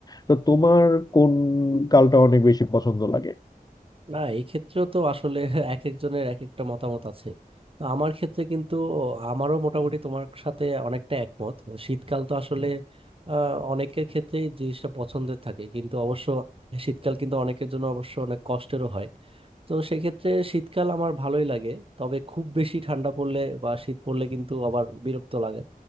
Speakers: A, on the left; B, on the right.
A: তো তোমার কোন কালটা অনেক বেশি পছন্দ লাগে
B: না এক্ষেত্রেও তো আসলে <laughs> এক একজনের এক একটা মতামত আছে তো আমার ক্ষেত্রে কিন্তু আমারও মোটামুটি তোমার সাথে অনেকটা একমত শীতকাল তো আসলে আহ, অনেকের ক্ষেত্রে জিনিসটা পছন্দের থাকে কিন্তু অবশ্য শীতকাল কিন্তু অনেকের জন্য অবশ্য অনেক কষ্টেরও হয় তো সেক্ষেত্রে শীতকাল আমার ভালোই লাগে তবে খুব বেশি ঠান্ডা পড়লে বা শীত পড়লে কিন্তু আবার বিরক্ত লাগে